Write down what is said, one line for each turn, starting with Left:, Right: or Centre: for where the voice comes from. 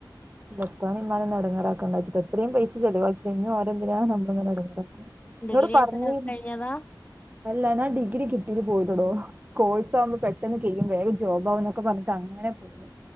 Right: പ്പാനിം മ്മനിം ഒന്ന് ടങ്ങാറാക്കാണ്ടച്ചിട്ട എത്രയും പൈസ ചെലവാക്കിക്കഴിഞ്ഞു. ഞ് ഓ തെന്തിനാ നമ്മൾങ്ങനെ എടങ്ങറാക്കാ
Left: ഡിഗ്രി
Right: ന്നോട് പർഞ്
Left: ഒക്കെ കഴിഞ്ഞതാ
Right: അല്ല ഞാൻ ഡിഗ്രി കിട്ടീട്ട് പോയിലടോ. കോഴ്സ് ആവുമ്പ പെട്ടെന്ന് ചെയ്യും വേഗം ജോബാ ഒന്നൊക്കെ പർഞ്ഞിട്ട് ങ്ങനെ പോകും